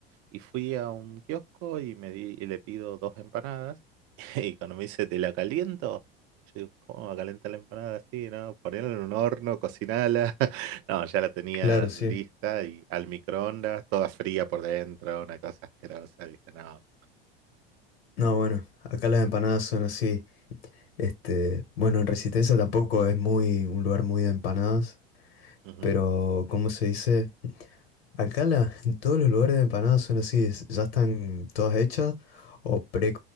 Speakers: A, on the right (about 50°); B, on the left (about 80°).
A: Y fui a un kiosco y me di, y le pido dos empanadas. <laughs> Y cuando me dice, ¿te la caliento? Yo digo, ¿cómo va a calentar la empanada así, no? Ponerla en un horno, cocinala. <laughs> No, ya la tenían
B: Claro, sí.
A: lista y al microondas, toda fría por dentro, una cosa asquerosa. Dije, no.
B: No, bueno, acá las empanadas son así. Este, bueno, en Resistencia tampoco es muy un lugar muy de empanadas,
A: Ujú.
B: pero ¿cómo se dice? Acá la- <laughs> en todos los lugares de empanadas son así, es- ya están todas hechas o pre